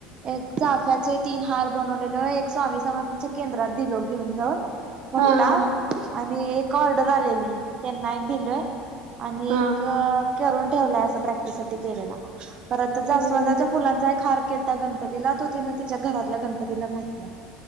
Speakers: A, on the right; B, on the right.
A: एक चाफ्याचे तीन हार बनवलेलय एक स्वामी समर्थांच्या केंद्रात दिलो घेऊन जाऊन मोठ्ठा
B: हा हा
A: आणि एक ऑर्डर आलेली त्यांना एक दिलय आणि
B: हा
A: एक तर करून ठेवलाय असं प्रॅक्टिस साठी केलेला परत जास्वंदाच्या
B: हम्म
A: फुलांचा एक हार केलंता गण पतीला तो तिने तिच्या घरातल्या गणपतीला घातलय